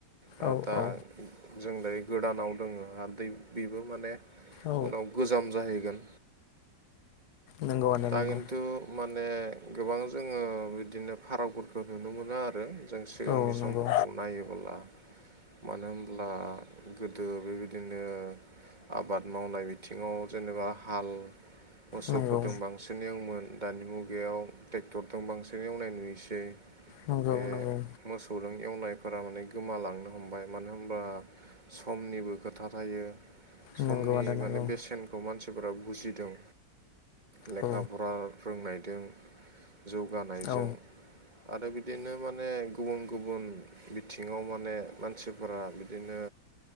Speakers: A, on the right (about 25°); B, on the left (about 65°).
A: आरो
B: औ
A: दा
B: औ
A: जों दायो गोदानाव दङ आरो दैै बेबो माने
B: औ
A: उनाव गोजाम जाहैगोन
B: नंगौ आदा
A: दा
B: नंगौ
A: खिन्थु माने गोबां जोङो बिदिनो फारागफोरखौ नुनो मोनो आरो। जों सिगांनि
B: औ नंगौ
A: समफोरखौ नायोबोला मानो होनब्ला गोदो बेबायदिनो आबाद मावनाय बिथिङाव जेनेबा हाल मोसौफोरदों
B: नंगौ
A: बांसिन एवोमोन दानि मुगायाव ट्रेक्टरदो बांसिन एवनाय नुयोसै बे
B: नंगौ नंगौ
A: मोसौजों एवनायफोरा माने गोमालांनो हमबाय मानो होमबा समनिबो खोथा थायो
B: नंगौ
A: समनि
B: आदा नंगौ
A: माने बेसेनखौ मानसिफोरा बुजिदों लेखा
B: औ
A: फरा फोरोंनायदों जौगानायजों
B: औ
A: आरो बिदिनो माने गुबुन गुबुन बिथिङाव माने मानसिफोरा बिदिनो